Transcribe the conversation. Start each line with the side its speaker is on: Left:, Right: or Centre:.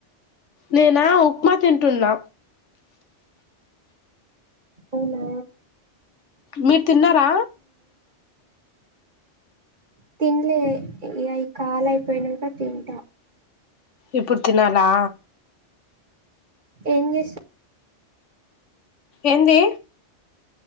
Left: నేనా ఉప్మా తింటున్నా
Right: అవునా
Left: మీరు తిన్నారా
Right: తినలే అవి కాాల అయిపోయినాక తింటా
Left: ఇప్పుడు తినాలా
Right: ఏం చేసి
Left: ఎంది